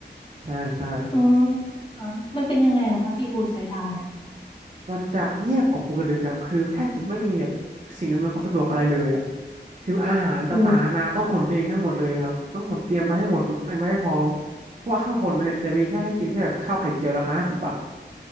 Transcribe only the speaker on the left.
อืมอ่ะมันเป็นยังไงล่ะคะพี่ภูสอยดาวเนี่ย
โอ้โห